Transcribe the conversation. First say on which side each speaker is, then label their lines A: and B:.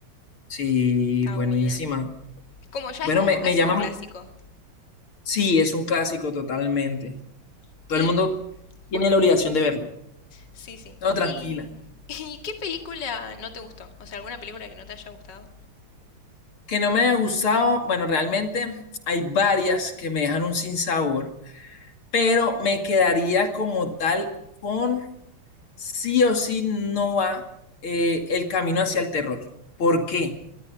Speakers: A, on the left; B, on the left.
A: Sí,
B: Está
A: buenísima.
B: buena. Es como, ya
A: Bueno,
B: es como
A: me,
B: casi
A: me llama.
B: un clásico.
A: mu- Sí, es un clásico totalmente. Todo
B: Y...
A: el mundo tiene
B: Uy, perdón.
A: la obligación de verlo.
B: Sí, sí.
A: No, tranquila.
B: ¿Y, <laughs> ¿y qué película no te gustó? O sea, ¿alguna película que no te haya gustado?
A: Que no me haya gustado, bueno, realmente hay varias que me dejan un sinsabor, pero me quedaría como tal con sí o sí no va eh, el camino hacia el terror. ¿Por qué?